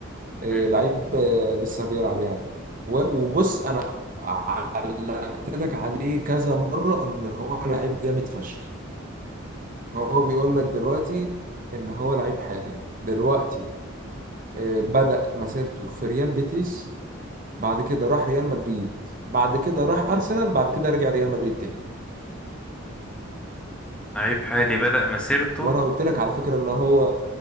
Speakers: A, on the right; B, in the centre.
A: آه،
B: مم.
A: لعيب آه، لسه بيلعب يعني و- وبص انا علقت لك عليه كذا مرة ان هو لعيب جامد فشخ هو بيقول لك دلوقتي ان هو لعيب حالي دلوقتي آه، بدأ مسيرته في ريال بيتيس بعد كده راح ريال مدريد بعد كده راح ارسنال بعد كده رجع ريال مدريد تاني
B: لعيب حالي بدأ مسيرته
A: وانا قلت لك على فكره ان هو